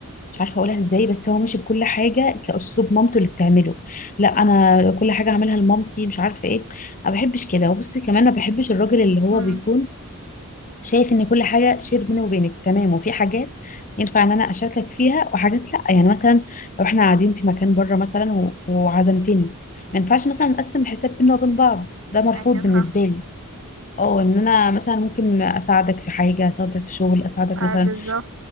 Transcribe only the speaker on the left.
مش عارفه اقولها ازاي بس هو ماشي بكل حاجه كاسلوب مامته اللي بتعمله لا انا كل حاجه هعملها لمامتي مش عارفه ايه ما بحبش كده وبصي كمان ما بحبش الراجل اللي هو
بيكون شايف ان كل حاجه شير بيني وبينك تمام وفي حاجات ينفع ان انا اشاركك فيها وحاجات لا يعني مثلا لو احنا قاعدين في مكان بره مثلا و- وعزمتني ما ينفعش مثلا نقسم الحساب بينا وبين بعض ده مرفوض
بالنسبه لي اه ان انا مثلا ممكن اساعدك في حاجه اساعدك في شغل اساعدك
مثلا